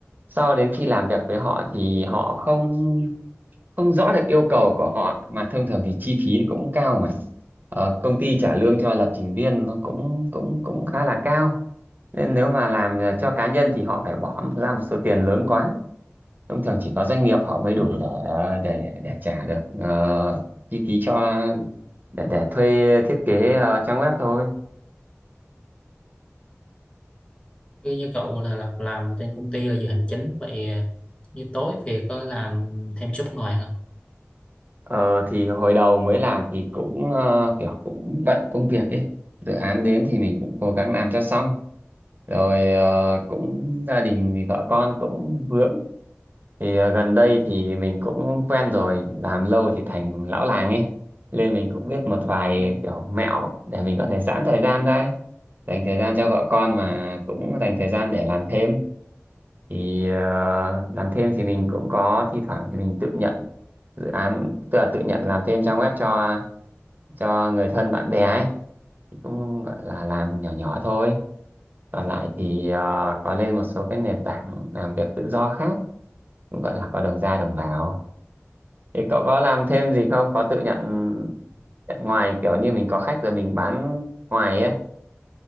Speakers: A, on the right (about 40°); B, on the left (about 25°).
A: Sau đến khi làm việc với họ
B: Ừ.
A: thì họ không không rõ được yêu cầu của họ mà thông thường thì chi phí cũng cao mà. Ờ, công ty trả lương cho lập trình viên nó cũng cũng cũng khá là cao. Nên nếu mà làm ờ, cho cá nhân thì họ phải bỏ ra một số tiền lớn quá thông thường chỉ có doanh nghiệp họ mới đủ
B: Ừ.
A: để để để trả được ờ, chi phí cho để để thuê thiết kế ờ, trang web thôi
B: như như cậu là, là làm trên công ty là giờ hành chính vậy à, như tối thì có làm thêm job ngoài không
A: ờ, thì hồi đầu mới làm thì cũng ờ, kiểu cũng bận công việc ấy dự án đến thì mình cũng cố gắng làm cho xong rồi ờ, cũng gia đình thì vợ con cũng vướng thì à, gần đây thì mình cũng quen rồi làm lâu thì thành lão làng ấy nên mình cũng biết một vài
B: Ừ.
A: kiểu mẹo để mình có thể giãn thời gian ra dành thời gian cho vợ con mà
B: Ừ.
A: cũng dành thời gian để làm thêm thì ờ, làm thêm thì mình cũng có thi thoảng thì mình tự nhận dự án tức là tự nhận làm thêm trang web cho cho người thân bạn bè ấy thì cũng gọi là làm nhỏ nhỏ thôi còn lại thì ờ, có lên một số cái nền tảng làm việc tự do khác cũng gọi là có đồng ra đồng vào Thì cậu có làm thêm gì không? Có tự nhận nhận ngoài kiểu như mình có khách rồi mình bán ngoài ấy.